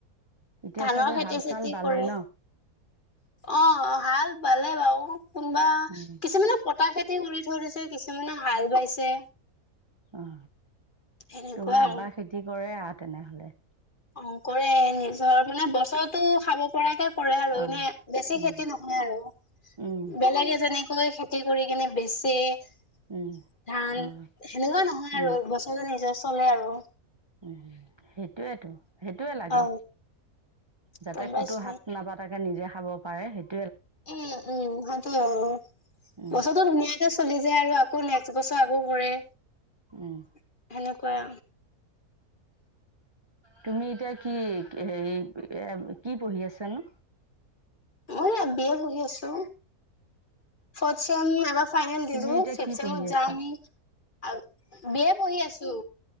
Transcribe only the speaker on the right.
এতিয়া
চাগৈ
হাল
চাল বালে
ন?
উম,
অ,
তোমাৰ
আবা খেতি কৰে আ তেনেহ'লে?
অ'।
উম,
উম,
উম, অ',
উম,
উম সেইটোয়েতো সেইটোয়ে লাগে
যাতে
ক'তো হাত নাবা তাকে নিজে খাব পাৰে সেইটো
উম,
উম,
তুমি এতিয়া কি হেৰি কি পঢ়ি আছানো?
তুমি
এতিয়া
কি
পঢ়ি আছা?